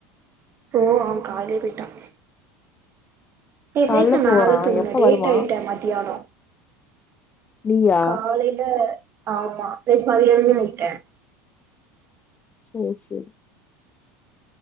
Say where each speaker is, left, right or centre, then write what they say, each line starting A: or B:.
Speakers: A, on the right; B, on the left.
A: ஓ அவன் காலையே போயிட்டான் சேர்
B: கால்ல
A: நேத்து
B: போறா
A: நானும் தூங்கினேன்
B: எப்ப
A: டேட்
B: வருவா
A: ஆயிட்டேன் மத்தியானம்
B: நீயா
A: காலையில ஆமா நேத்து மத்தியானமே ஆயிட்டேன்
B: சேரி சேரி